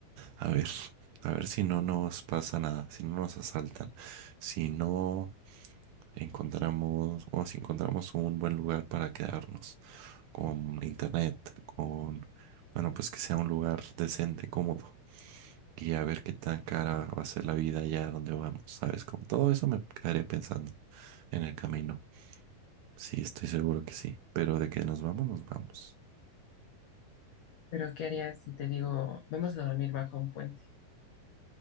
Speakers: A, on the right; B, on the left.
A: A ver, a ver si no nos pasa nada, si no nos asaltan, si no encontramos o si encontramos un buen lugar para quedarnos, con internet, con, bueno, pues que sea un lugar decente, cómodo, y a ver qué tan cara va a ser la vida allá donde vamos, ¿sabes? Con todo eso me quedaré pensando en el camino. Sí, estoy seguro que sí, pero de que nos vamos, nos vamos.
B: pero ¿qué harías si te digo, vamos a dormir bajo un puente?